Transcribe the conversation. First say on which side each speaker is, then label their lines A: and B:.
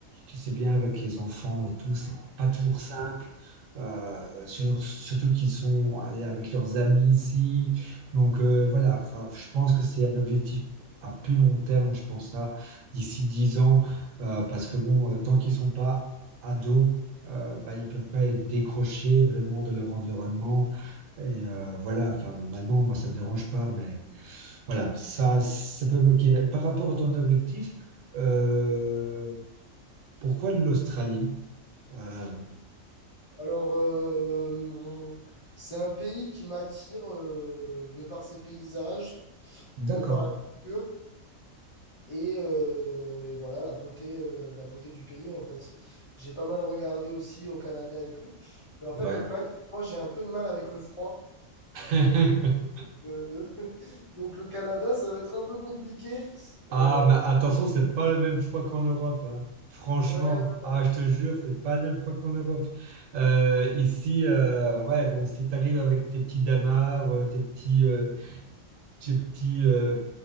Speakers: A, on the right (about 75°); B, on the left (about 40°).
A: tu sais bien, avec les enfants et tout, c'est pas toujours simple. Euh, sur- surtout qu'ils sont allés avec leurs amis ici. Donc euh, voilà, enfin, je pense que c'est un objectif à plus long terme, je pense ça, d'ici 10 ans, euh, parce que bon, euh, tant qu'ils sont pas ados, euh, bah, ils peuvent pas être décrochés vraiment de leur environnement. Et euh, voilà, enfin bon, maintenant, moi, ça me dérange pas, mais voilà, ça, ça peut bloquer. Mais par rapport à ton objectif, euh, pourquoi l'Australie? Euh,
B: Alors, euh, c'est un pays qui m'attire euh, de par ses paysages,
A: d'accord,
B: de par la culture et, euh, et voilà la beauté, euh, la beauté du pays en fait. J'ai pas mal regardé aussi au Canada et tout. Mais en
A: ouais.
B: fait, le problème, c'est que moi, j'ai un peu de mal avec le froid.
A: <laughs>
B: Donc, euh, <laughs> donc le Canada, ça va être un peu compliqué.
A: Ah,
B: Euh,
A: mais attention, c'est pas le même froid qu'en Europe. hein. Franchement,
B: ouais, ouais.
A: ah, je te jure, c'est pas le même froid qu'en Europe. Euh, ici, euh, ouais, bon, si t'arrives avec tes petits damars, euh, tes petits, euh, tes petits euh,